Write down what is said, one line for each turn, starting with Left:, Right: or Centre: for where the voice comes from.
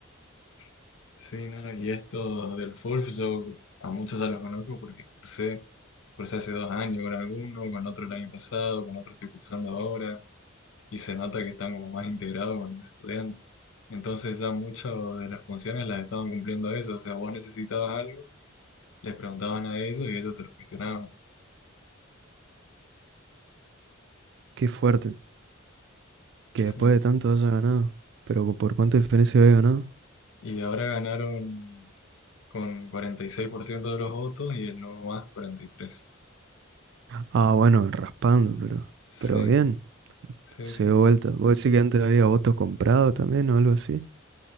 Left: <laughs> sí, ¿no? Y estos del Fulf, yo a muchos ya los conozco porque cursé, cursé hace dos años con alguno, con otro el año pasado, con otro estoy cursando ahora, y se nota que están como más integrados con los estudiantes. Entonces ya muchas de las funciones las estaban cumpliendo ellos, o sea, vos necesitabas algo les preguntaban a ellos y ellos te lo gestionaban.
Right: Qué fuerte, que
Left: Sí.
Right: después de tanto haya ganado. Pero ¿por cuánta diferencia había ganado?
Left: Y ahora ganaron con 46% de los votos y el nuevo más cuarenta y tres
Right: Ah, bueno, raspando, pero, pero
Left: Sí,
Right: bien,
Left: sí,
Right: se
Left: sí.
Right: dio vuelta. ¿Vos decís que antes había votos comprados también o algo así?